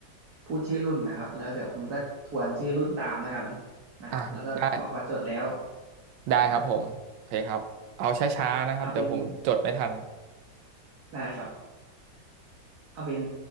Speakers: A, on the right; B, on the right.
A: พูดชื่อรุ่นนะครับแล้วเดี๋ยวคุณก็ทวนชื่อรุ่นตามแล้วกัน
B: ๆอ่ะได้
A: นะครับแล้วก็บอกว่าจดแล้ว
B: ได้ครับผมโอเคครับเอาช้าๆนะครับเดี๋ยวผมจดไม่ทัน
A: นะฮะเอาเป็นได้ครับเอาเป็น